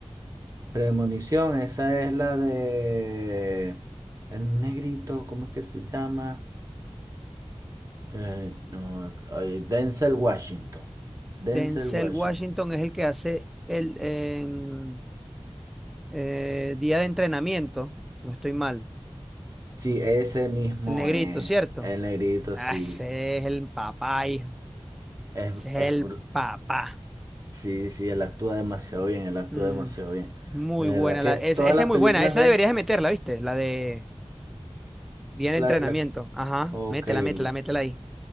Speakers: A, on the right; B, in the centre.
A: Premonición, esa es la de el negrito, ¿cómo es que se llama? Eh, no, ay, Denzel Washington. Denzel
B: Denzel
A: Washington.
B: Washington es el que hace el en, eh, día de entrenamiento. si No estoy mal.
A: Sí, ese mismo
B: El negrito,
A: es
B: ¿cierto?
A: el negrito,
B: Ah,
A: sí.
B: ese es el papá, hijo.
A: Es,
B: Ese es
A: es,
B: el
A: br-
B: papá.
A: sí, sí, él actúa demasiado bien, él actúa
B: Mm,
A: demasiado bien.
B: muy
A: De verdad
B: buena.
A: que
B: La, esa,
A: todas
B: esa
A: las
B: es
A: películas
B: muy buena. Esa
A: de
B: deberías
A: él,
B: de meterla, ¿viste? La de día de entrenamiento.
A: la, la,
B: Ajá,
A: ok,
B: métela, métela,
A: li-
B: métela ahí.